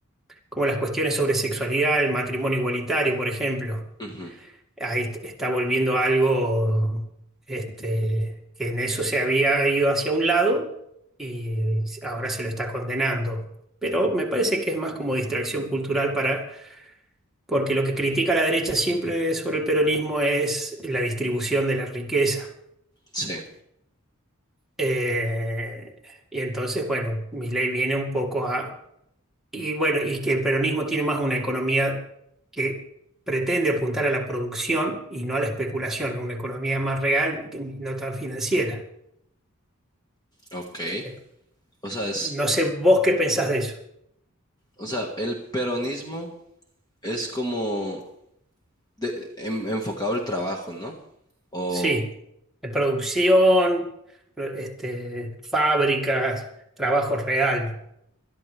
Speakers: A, in the centre; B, on the left.
A: como las cuestiones sobre sexualidad, el matrimonio igualitario, por ejemplo.
B: Ujú,
A: Ahí est- está volviendo algo este, que en eso se había ido hacia un lado y ahora se lo está condenando. Pero me parece que es más como distracción cultural para, porque lo que critica la derecha siempre sobre el peronismo es la distribución de la riqueza
B: Sí,
A: Eh, y entonces, bueno, mi ley viene un poco a... Y bueno, y que el peronismo tiene más una economía que pretende apuntar a la producción y no a la especulación, una economía más real que no tan financiera.
B: ok.
A: Espe-
B: O sea, es,
A: No sé vos qué pensás de eso.
B: o sea, el peronismo es como de- en- enfocado al trabajo, ¿no? O,
A: Sí, de producción, pro- este, fábricas, trabajo real.